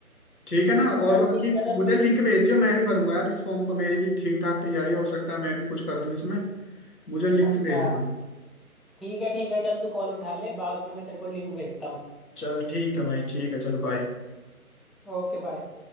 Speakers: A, on the left (about 85°); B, in the centre.
A: ठीक है ना और
B: चल
A: बाकी
B: ठीक है तो
A: मुझे
B: तू
A: लिंक भेज दियो मैं भी भरूंगा यार इस फॉर्म को मेरी भी ठीक ठाक तैयारी है, हो सकता है मैं भी कुछ कर दूं इसमें मुझे लिंक
B: अच्छा
A: भेज दो
B: ठीक है ठीक है चल तू कॉल उठा ले बाद में मैं तेरे को लिंक भेजता हूँ
A: चल ठीक है भाई ठीक है चल बाय
B: Okay bye